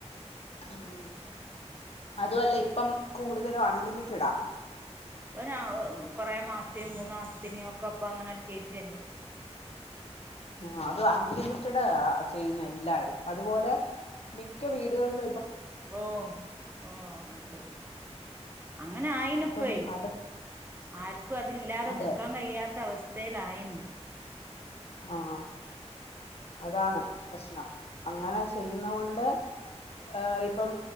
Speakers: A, on the left (about 60°); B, on the right (about 20°).
A: ആഹ് അതുവല്ല ഇപ്പം കൂടുതലും ആ ലിമിറ്റഡാ
B: ഒരാ <unintelligible> കുറേ മാസ്തീന് മൂന്ന് ആ പിന്നെ ഒക്കെ അപ്പൊ അങ്ങനെ അണ്ട് കേറ്റെല്ലേ
A: ആഹ് അത് അൺലിമിറ്റഡ്
B: ആഹ്
A: ചെയ്യുന്ന എല്ലാരും
B: ഉം ഉം
A: അതുപോലെ മിക്ക വീടുകള്ലും
B: ഓഹ് ഓണ്ട് അങ്ങനെ ആയിന്പ്പേ
A: അപ്പം അത്
B: ആർക്കും അത് ഇല്ലാതെ
A: അതെ
B: നിക്കാൻ കഴിയാത്ത അവസ്ഥ ത്തേലായിന്
A: ആഹ് അതാണ്
B: ഉം
A: പ്രശ്നം അങ്ങനെ ചെയ്യുന്നോകൊണ്ട്
B: ഉം
A: ആ ഇപ്പം